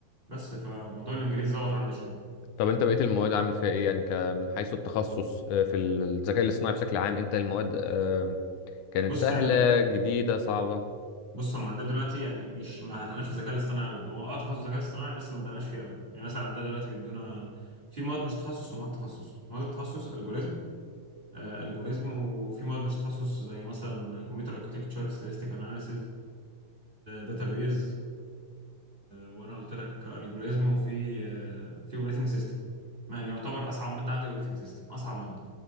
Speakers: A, on the right; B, on the left.
A: بس فموضوع الانجليزي ظبط عندي شويه
B: طب انت بقيت المواد عامل فيها ايه يعني ك... من حيث التخصص آه، في الذكاء الاصطناعي بشكل عام انت المواد آه، كانت
A: بص
B: سهلة
A: يعني
B: جديدة صعبة
A: بص هم عندنا دلوقتي يعني مش ما دخلناش في الذكاء الاصطناعي قوي هو اه تخصص ذكاء اصطناعي بس ما دخلناش فيه قوي يعني مثلا عندنا دلوقتي بيدونا في مواد مش تخصص ومواد تخصص مواد التخصص الجوريزم آه الجوريزم وفي مواد مش تخصص زي مثلا كمبيوتر اركتكتشر ستاتستيك اناليسيز داتابيز وانا قلت لك الجوريزم وفي آه في اوبريتنج سيستم يعني يعتبر اصعب ماده عندي اوبريتنج سيستم اصعب ماده